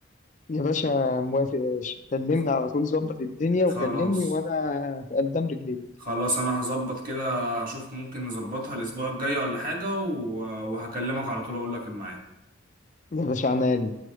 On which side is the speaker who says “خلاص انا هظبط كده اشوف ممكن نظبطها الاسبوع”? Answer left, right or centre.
Right